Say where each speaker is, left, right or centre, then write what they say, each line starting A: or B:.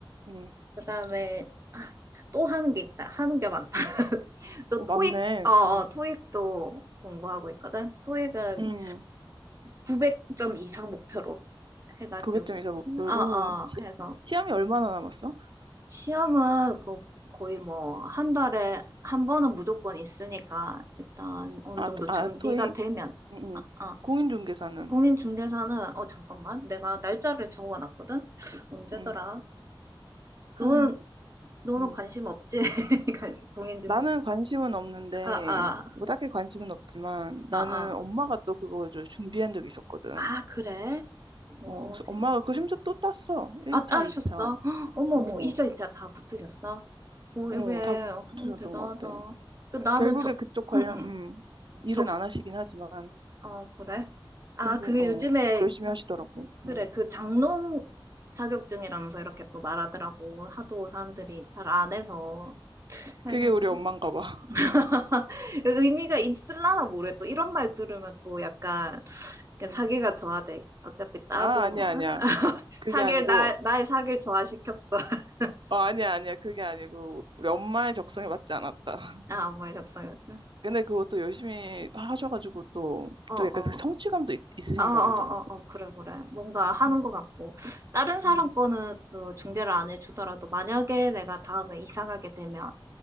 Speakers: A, on the right; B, on the right.
A: 음,
B: 그다음에 아, 또 하는 게 있다. 하는 게 많다. <laughs> 또
A: 어,
B: 토익
A: 맞네.
B: 어, 어,
A: 음,
B: 토익도 공부하고 있거든. 토익은
A: 음,
B: 900점 이상 목표로 해가지고
A: 900점이자 목표로
B: 어, 어,
A: 시,
B: 해서
A: 시험이 얼마나 남았어?
B: 시험은 그 거의 뭐 한 달에 한 번은 무조건 있으니까 일단 어느
A: 아,
B: 정도
A: 토, 아,
B: 준비가
A: 토익.
B: 되면
A: 음,
B: 아,
A: 음.
B: 아.
A: 공인중개사는
B: 공인중개사는 어 잠깐만 내가 날짜를 적어놨거든. 언제더라?
A: 음, 한,
B: 너는 너는
A: 음.
B: 관심 없지? <laughs> 공인중개사
A: 나는 관심은 없는데,
B: 아, 아,
A: 뭐 딱히 관심은 없지만, 나는
B: 아, 아.
A: 엄마가 또 그거 좀 준비한 적이 있었거든.
B: 아, 그래? 오,
A: 어, 그래서
B: 대...
A: 엄마가 그 심지어 또 땄어. 1차,
B: 아, 따셨어?
A: 2차.
B: <gasps> 헉, 어머머,
A: 어,
B: 이자, 이자 다 붙으셨어? 오,
A: 어,
B: 이게,
A: 다 붙-
B: 오,
A: 붙으셨던
B: 대단하다.
A: 것 같아.
B: 그, 나는
A: 결국에
B: 저,
A: 그쪽 관련,
B: 응, 응,
A: 음, 일은
B: 접,
A: 안 하시긴 하지만.
B: 어, 그래? 아,
A: 근데,
B: 그게
A: 어,
B: 요즘에,
A: 공부 열심히 하시더라고.
B: 그래,
A: 음.
B: 그 장롱 자격증이라면서 이렇게 또 말하더라고. 하도 사람들이 잘 안 해서. 아이고.
A: 그게 우리 엄마인가 봐. <laughs>
B: <laughs> 의미가 있을라나 모르겠 또 이런 말 들으면 또 약간 그
A: 음.
B: 사기가 좋아돼. 어차피 따도
A: 아, 아니야,
B: 뭐
A: 아니야.
B: <laughs>
A: 그게
B: 사기를
A: 아니고,
B: 나 나의 사기를 좋아시켰어. <laughs>
A: 어, 아니야, 아니야. 그게 아니고, 우리 엄마의 적성에 맞지 않았다. <laughs>
B: 아 엄마의 적성이었죠.
A: 근데 그것도 열심히 하셔가지고 또,
B: 어어
A: 또 약간
B: 어어어
A: 그 성취감도 있, 으신가
B: 어 어,
A: 보더라고.
B: 어, 어, 어. 그래 그래 뭔가 하는
A: 음,
B: 것 같고 다른 사람
A: 음,
B: 거는 그 중개를 안 해주더라도 만약에 내가 다음에 이사 가게 되면